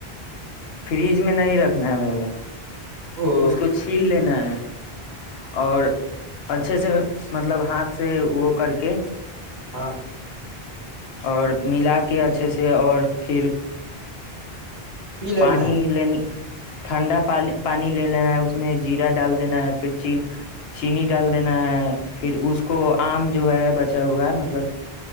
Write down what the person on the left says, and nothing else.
فریج میں نہیں رکھنا ہے بھائییا
اس کو چھیل لینا ہے اور اچھے سے مطلب ہاتھ سے وہ کر کے
اور ملا کے اچھے سے اور پھر
پانی
لین ٹھنڈا پانی لے لینا ہے اس میں زیرہ ڈال دینا ہے پھر چین چینی ڈال دینا ہے پھر اس کو آم جو ہے بچا ہوا ہے مطلب